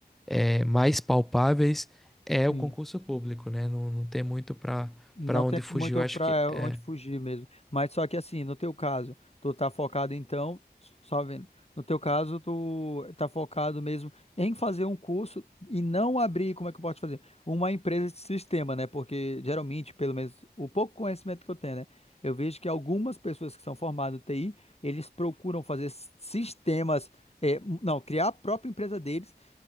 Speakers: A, in the centre; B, on the left.
A: é, mais palpáveis é
B: sim.
A: o concurso público, né? Não, não tem muito para
B: Não
A: para onde
B: tem
A: fugir.
B: muito
A: Eu acho
B: para
A: que é,
B: onde fugir mesmo. Mas só que assim, no teu caso, tu tá focado então, só vendo. No teu caso, tu tá focado mesmo em fazer um curso e não abrir, como é que eu posso fazer? Uma empresa de sistema, né? Porque geralmente, pelo menos o pouco conhecimento que eu tenho, né? Eu vejo que algumas pessoas que são formadas em TI, eles procuram fazer s- sistemas, é, não, criar a própria empresa deles